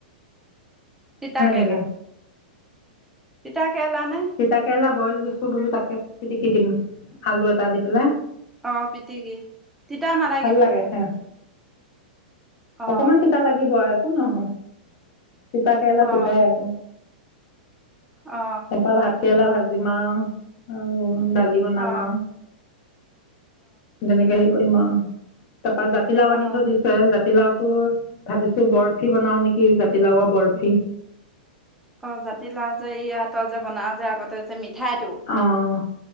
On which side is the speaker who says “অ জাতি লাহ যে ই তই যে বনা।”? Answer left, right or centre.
Centre